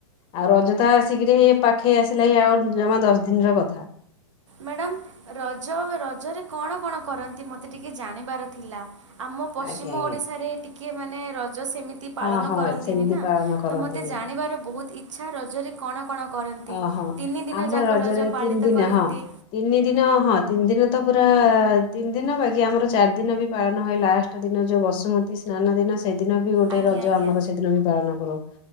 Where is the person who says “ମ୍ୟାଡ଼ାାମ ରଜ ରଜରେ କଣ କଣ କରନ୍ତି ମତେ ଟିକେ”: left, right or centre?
Right